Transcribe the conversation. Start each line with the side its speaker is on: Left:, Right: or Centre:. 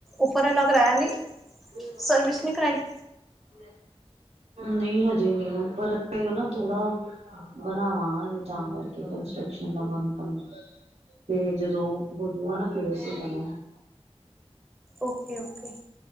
Centre: ਉੱਪਰ ਅਲੱਗ ਰਹਿ ਨੀ
Right: <inaudible>
Centre: ਸਰਵਿਸ ਨਹੀਂ ਕਰਾਈ
Right: ਨੀ ਹਜੇ ਨੀ ਉੱਪਰ ਅਜੇ ਨਾ ਥੋੜਾ ਬਣਾਨਾ ਹਜੇ ਤਾਂ ਕਰਕੇ ਕੰਸਟਰਕਸ਼ਨ ਦਾ ਕੰਮ ਕਰਨਾ। ਫਿਰ ਜਦੋਂ ਹੋਜੂਗਾ ਨਾ ਫਿਰ ਅਸੀ ਜਾਣਾ।
Centre: ਓਕੇ-ਓਕੇ।